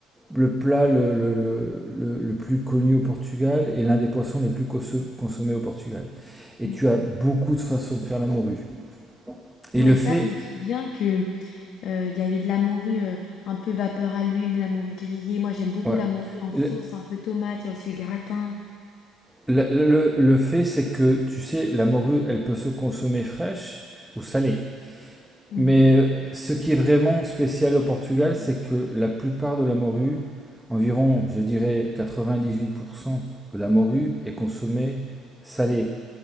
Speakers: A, in the centre; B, on the left.
A: le plat le, le, le, le- le plus connu au Portugal et l'un des poissons les plus conso- consommés au Portugal. Et
B: Mhm.
A: tu as beaucoup de façons de faire la morue. Et
B: Ouais,
A: le fait,
B: ça, je me souviens que euh, il y avait de la morue euh, un peu vapeur à l'huile, de la morue grillée. Moi, j'aime beaucoup
A: ouais.
B: la morue en
A: Le,
B: sauce, un peu tomate. Il y a aussi le gratin.
A: le- le- le fait, c'est que, tu sais, la morue, elle peut se consommer fraîche ou salée.
B: Mhm.
A: Mais euh, ce qui est vraiment spécial au Portugal, c'est que la plupart de la morue, environ, je dirais, 98% de la morue est consommée salée.